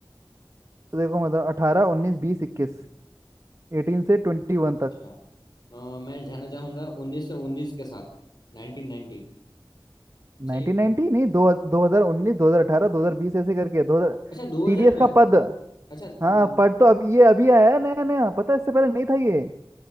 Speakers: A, on the right; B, on the left.
A: तो देखो मतलब अठारह उन्नीस बीस इक्कीस एटीन से ट्वेंटी वन
B: अच्छा
A: तक
B: अ, मैं जाना चाहूंगा उन्नीस सौ उन्नीस के साथ Nineteen ninety
A: नाइनटीन
B: सही है
A: नाइनटी नहीं दो दो हजार उन्नीस दो हजार अठारह दो हजार बीस ऐसे करके दो हजार
B: अच्छा दो
A: टीडीएस
B: हजार में
A: का पद
B: अच्छा दो
A: हाँ पद तो अब ये अभी आया है नया नया पता है इससे पहले नहीं था ये